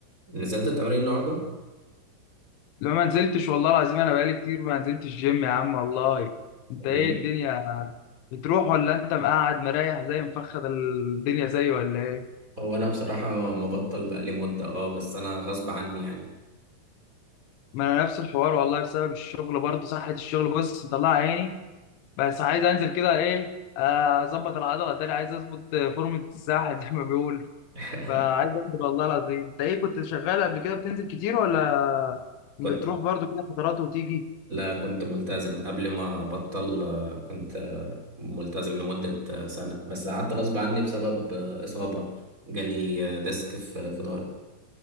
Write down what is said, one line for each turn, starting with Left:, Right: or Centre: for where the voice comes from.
Right: نزلت التمرين النهارده
Left: لا ما نزلتش والله العظيم انا بقالي كتير ما نزلتش جيم يا عم والله انت
Right: ليه
Left: ايه الدنيا بتروح ولا انت مقعد مريح زي مفخد الدنيا زي ولا ايه
Right: هو انا بصراحه مبطل بقالي مده اه بس انا غصب عني يعني
Left: ما انا نفس الحوار والله بسبب الشغل برضه سحلة الشغل بص مطلع عيني بس عايز انزل كده ايه آه، اظبط العضله تاني عايز اظبط فورمه الساحه <laughs> زي ما بيقول
Right: <laughs>
Left: فعايز انزل والله العظيم انت ايه كنت شغال قبل كده بتنزل كتير ولا
Right: كنت
Left: بتروح برضه كده فترات وتيجي
Right: لا كنت ملتزم قبل ما ابطل آه، كنت آه، ملتزم لمده آه، سنه بس قعدت غصب عني بسبب آه، اصابه جالي آه، ديسك في في ظهري